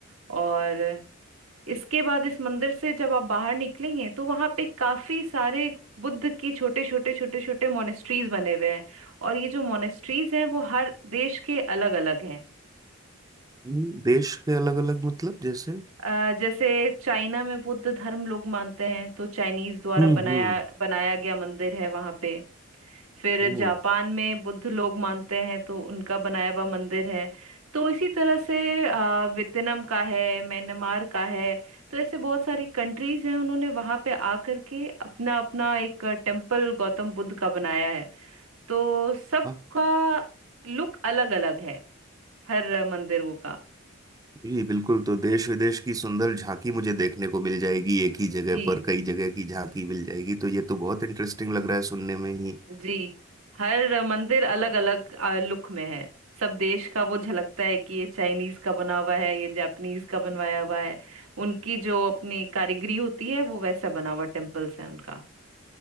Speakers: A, on the right; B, on the right.
A: और इसके बाद इस मंदिर से जब आप बाहर निकलेंगे तो वहां पे काफी सारे बुद्ध के छोटे छोटे छोटे छोटे मोनेस्ट्रीज बने हुए हैं और ये जो मोनेस्ट्रीज हैं वो हर देश के अलग अलग हैं
B: हम्म, देश के अलग अलग मतलब जैसे
A: अ, जैसे चाइना में बुद्ध धर्म लोग मानते हैं तो चाइनीज द्वारा
B: हम्म
A: बनाया
B: हम्म
A: बनाया गया मंदिर है वहां पे फिर
B: ओ
A: जापान में बुद्ध लोग मानते हैं तो उनका बनाया हुआ मंदिर है तो इसी तरह से अ, वियतनाम का है म्यांमार का है तो ऐसे बहुत सारी कंट्रीज हैं उन्होंने वहां पे आ करके अपना अपना एक टेम्पल गौतम बुद्ध का बनाया है तो सबका
B: वाह
A: लुक अलग अलग है हर मंदिरों का
B: जी बिल्कुल तो देश विदेश की सुंदर झांकी मुझे देखने को मिल जाएगी एक ही जगह
A: जी
B: पर कई जगह की झांकी मिल जाएगी तो ये तो बहुत इंटरेस्टिंग लग रहा है सुनने में ही
A: जी हर मंदिर अलग अलग लुक में है सब देश का वो झलकता है कि ये चाइनीज का बना हुआ है ये जापानीज का बनवाया हुआ है उनकी जो अपनी कारीगरी होती है वो वैसा बना हुआ टेम्पल्स है उनका